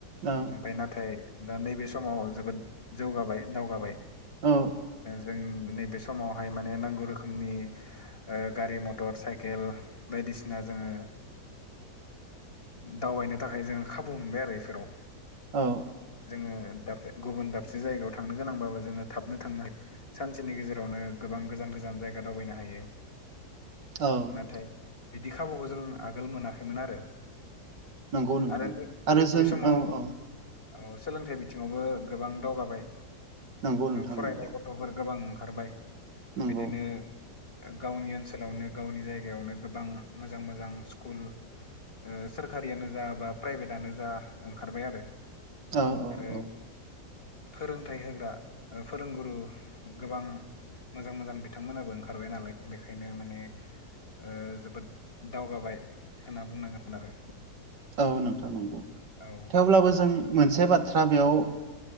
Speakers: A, on the right; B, on the left.
A: औ
B: ओमफफ्राय नाथाय दा नैबे समाव जोबोद जौगाबाय दावगाबाय
A: औ
B: जों नैबे सम समावहाय माने नांगौ रोखोमनि गारि मथर साइकेल बायदिसिना जोङो दावबायनो थाखाय जोङो खाबु मोनबाय आरो बेफोराव
A: औ
B: जोंङो दा गुबुन दाबसे जायगायाव थांनो गोनांबाबो जोंङो थाबनो थांनोहियो‌ सानसेनि गेजेरावनो गोबां गोजान गोजान जायगा दावबायनो हायो।
A: औ
B: नाथाय बिदि खाबुखौ जों आगोल मोनाखैमोन आरो
A: नंगौ नोंथां
B: आरो नैबे
A: आरो जों
B: बे समाव
A: औ औ
B: औ सोलोंथाइ बिथिङावबो गोबां दावगाबाय
A: नंगौ नोंथां
B: फरायनाय
A: नंगौ
B: ओ गथ' फोरफोर गोबां ओंखारबाय
A: नंगौ
B: बिदिनो गावनि ओनसोलावनो गावनि जायगायावनो गोबां मोजां मोजां स्कुल सोरखारियानो जा बा प्राइभेटनो जा ओंखारबाय आरो
A: औ औ
B: आरो
A: औ
B: फोरोंथाइ होग्रा फोरोंगुरु गोबां मोजां मोजां बिथांमोनाबो ओंखारबाय नालाय बेखायनो माने ओ जोबोद दावगाबाय होनना बुंनांगोन आरो।
A: औ नोंथां नंगौ
B: औ
A: थेवब्लाबो जों मोनसे बाथ्रा बेयाव